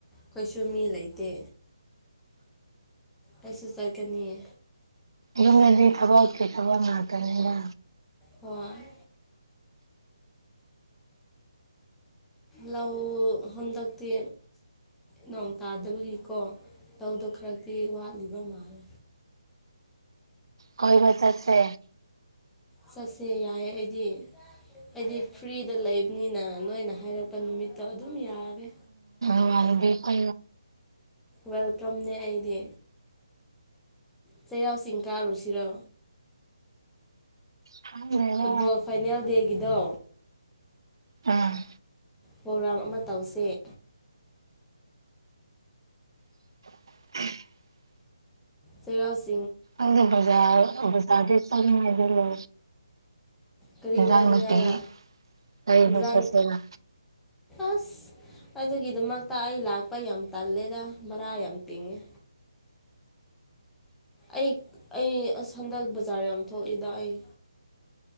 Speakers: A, in the centre; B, on the right.
A: ꯈꯣꯏꯁꯨ ꯃꯤ ꯂꯩꯇꯦ ꯑꯩꯁꯨ ꯆꯠꯀꯅꯤꯌꯦ
B: ꯌꯨꯝꯗꯗꯤ ꯊꯕꯛꯀꯤ ꯊꯕꯛ ꯉꯥꯛꯇꯅꯤꯗ
A: ꯍꯣꯏ ꯂꯧ ꯍꯟꯗꯛꯇꯤ ꯅꯣꯡ ꯇꯥꯗꯕꯒꯤꯀꯣ ꯂꯧꯗꯣ ꯈꯔꯛꯇꯤ ꯋꯥꯠꯂꯤꯕ ꯃꯥꯜꯂꯦ
B: ꯀꯣꯏꯕ ꯆꯠꯁꯦ
A: ꯆꯠꯁꯦ ꯌꯥꯏꯌꯦ ꯑꯩꯗꯤ ꯑꯩꯗꯤ ꯐ꯭ꯔꯤꯗ ꯂꯩꯕꯅꯤꯅ ꯅꯣꯏꯅ ꯍꯥꯏꯔꯛꯄ ꯅꯨꯃꯤꯠꯇꯣ ꯑꯗꯨꯝ ꯌꯥꯔꯦ
B: ꯋꯥ ꯀ
A: ꯋꯦꯜꯀꯝꯅꯦ ꯑꯩꯗꯤ ꯆꯩꯦꯔꯥꯎ ꯁꯤꯁꯤꯡꯤꯡꯀꯥ ꯔꯨꯁꯤꯔ
B: ꯈꯪꯗꯦꯗ
A: ꯐꯨꯠꯕꯣꯜ ꯐꯥꯏꯅꯦꯜ ꯗꯦꯒꯤꯗꯣ
B: ꯑꯥ
A: ꯄ꯭ꯔꯣꯒ꯭ꯔꯥꯝ ꯑꯃ ꯇꯧꯁꯦ
B: <unintelligible>
A: ꯁꯤꯔꯥꯁ
B: ꯑꯗ ꯕꯖꯥ ꯕꯖꯥꯗ ꯁꯗꯂꯣ
A: ꯀꯔꯤ
B: ꯖꯥꯡꯅꯠꯇ
A: ꯂꯩꯅꯤꯡꯉꯥꯏꯔ
B: ꯀꯏꯕꯁꯁꯔ
A: ꯏꯟꯖꯥꯡ ꯑꯁ ꯑꯗꯨꯒꯤꯗꯃꯛꯇ ꯑꯩ ꯂꯥꯛꯄ ꯌꯥꯝ ꯇꯜꯂꯦꯗ ꯚꯔꯥ ꯌꯥꯝ ꯇꯤꯡꯉꯦ ꯑꯩ ꯑꯩ ꯑꯁ ꯍꯟꯗꯛ ꯕꯖꯥꯔ ꯌꯥꯝ ꯊꯣꯛꯏꯗ ꯑꯩ